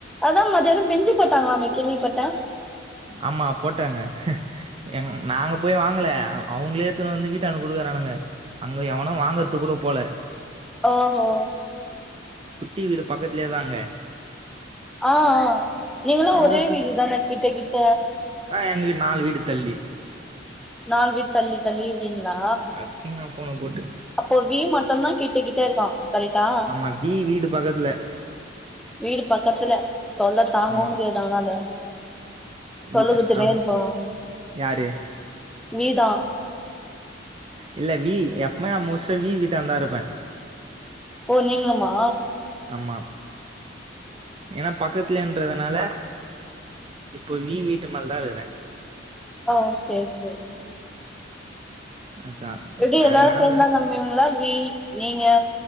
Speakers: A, in the centre; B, on the right.
A: அதா மதியானம் பிரிஞ்சி போட்டாங்களாமே கேள்விப்பட்ட
B: ஆமா போட்டாங்க எங் நாங்க போய் வாங்கல அவங்களே எடுத்துனு வந்து வீட்டாண்ட குடுக்குறானுங்க அங்க எவனு வாங்கறதுக்கு கூட போல
A: ஓஹோ
B: குட்டி வீடு பக்கத்துலயேதா அங்க
A: ஆஆ நீங்களு
B: அதுல
A: ஒரே
B: குட்
A: வீடு தான கிட்ட கிட்ட
B: ஆ எங்க வீட்டு நாலு வீடு தள்ளி
A: நாலு வீடு தள்ளி தள்ளி இருக்கீங்களா
B: அடிச்சிங்க நா போன போட்டு
A: அப்போ வி மட்டும்தா கிட்டக்கிட்ட இருக்கா கரெக்டா
B: ஆமா வீ வீடு பக்கத்துல
A: வீடு பக்கத்துல தொல்ல தாங்கவு
B: ஆமா
A: முடியாது அவனால தொல்ல
B: வி
A: குடுத்துனே
B: ஆம்
A: இருப்பா
B: யாரு
A: வீ தா
B: இல்ல வி எப்பமே நா மோஸ்ட்டா வி வீட்டாண்டதா இருப்ப
A: ஓ நீங்களுமா
B: ஆமா ஏன்னா பக்கத்துலன்றதுனால இப்போ வி வீட்டு மேல தா இருக்கற
A: ஓ சேரி சேரி
B: அதா
A: எப்டி
B: நாங்க
A: எல்லாரு
B: மேலதா
A: சேந்துதா கெழம்புவீங்ளா வி நீங்க